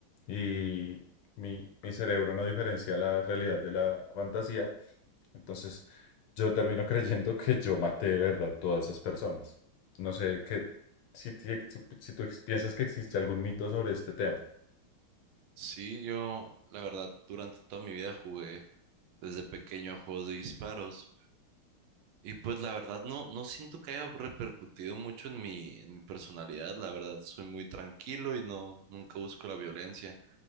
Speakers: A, on the left; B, on the right.
A: y mi, mi cerebro no diferencia la realidad de la fantasía. Entonces, yo termino <laughs> creyendo que yo maté de verdad todas esas personas. No sé qué, si, ti- si- si tú ex- piensas que existe algún mito sobre este tema.
B: Sí, yo la verdad durante toda mi vida jugué desde pequeño a juegos de disparos y pues la verdad no, no siento que haya repercutido mucho en mi, en mi personalidad, la verdad soy muy tranquilo y no, nunca busco la violencia,